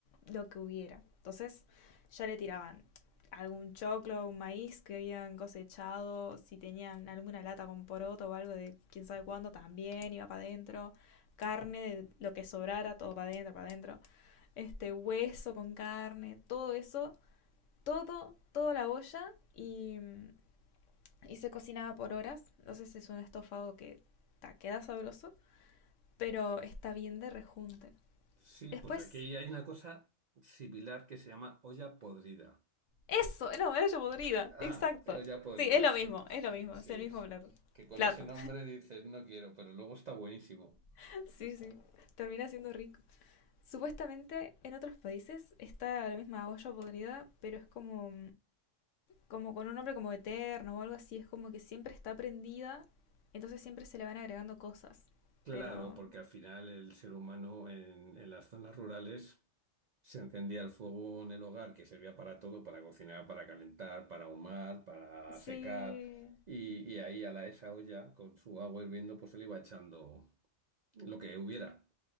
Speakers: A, on the left (about 75°); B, on the right (about 60°).
A: lo que hubiera. Entonces ya le tiraban algún choclo, un maíz que habían cosechado, si tenían alguna lata con poroto o algo de quién sabe cuándo, también iba para adentro, carne,
B: <laughs>
A: de lo que sobrara, todo para adentro, para adentro, este hueso con carne, todo eso, todo, toda la olla y mm, y se cocinaba por horas. Entonces es un estofado que ta, queda sabroso, pero está bien de rejunte.
B: Sí,
A: Después,
B: pues aquí hay una cosa similar que se llama olla podrida.
A: eso, no, era yo podrida,
B: Ah,
A: exacto.
B: eh, ya podrida,
A: Sí, es lo
B: sí,
A: mismo,
B: sí,
A: es lo mismo,
B: sí.
A: es el mismo plato.
B: Que con
A: Plato,
B: ese nombre dices no quiero, pero luego está buenísimo.
A: <laughs> sí, sí, termina siendo rico. Supuestamente en otros países está la misma olla podrida, pero es como, como con un nombre como eterno o algo así, es como que siempre está prendida, entonces siempre se le van agregando cosas.
B: Claro,
A: Pero
B: porque al final el ser humano en, en las zonas rurales se encendía el fuego en el hogar que servía para todo, para cocinar, para calentar, para ahumar, para
A: sí,
B: secar. Y, y ahí a la, esa olla con su agua hirviendo pues se le iba echando lo que hubiera.